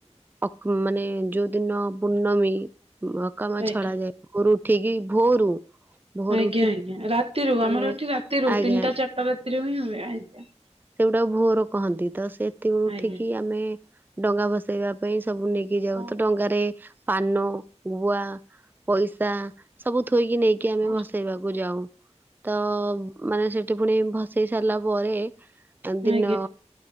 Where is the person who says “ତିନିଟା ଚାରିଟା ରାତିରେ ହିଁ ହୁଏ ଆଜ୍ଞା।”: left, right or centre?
Right